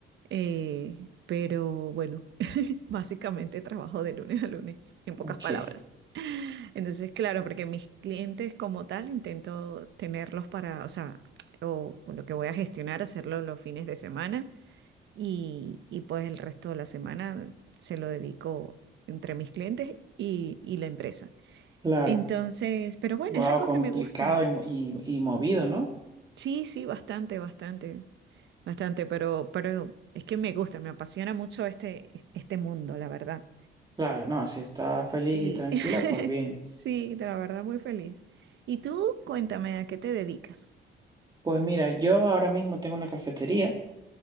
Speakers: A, on the right; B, on the right.
A: eh, pero bueno, <laughs> básicamente trabajo de lunes a lunes, en pocas
B: Ok,
A: palabras. Entonces, claro, porque mis clientes como tal intento tenerlos para, o sea, o o lo que voy a gestionar, hacerlo los fines de semana. y, y pues el resto de la semana se lo dedico entre mis clientes y, y la empresa.
B: claro.
A: Entonces, pero bueno,
B: Wow,
A: es algo
B: complicado
A: que me gusta.
B: y, y, y movido, ¿no?
A: Sí, sí, bastante, bastante, bastante, pero, pero es que me gusta, me apasiona mucho este, este mundo, la verdad.
B: Claro, no, si estás feliz
A: Sí,
B: y tranquila,
A: <laughs>
B: pues bien.
A: sí, de la verdad muy feliz. Y tú, cuéntame, ¿a qué te dedicas?
B: Pues mira, yo ahora mismo tengo una cafetería,